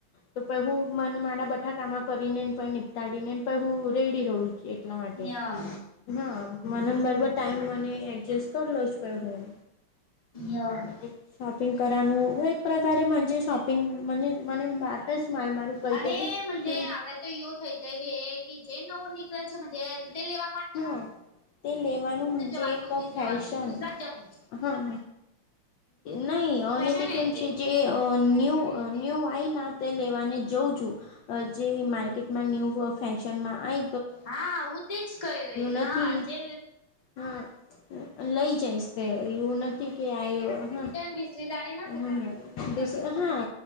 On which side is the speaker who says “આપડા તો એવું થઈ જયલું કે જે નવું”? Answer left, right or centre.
Left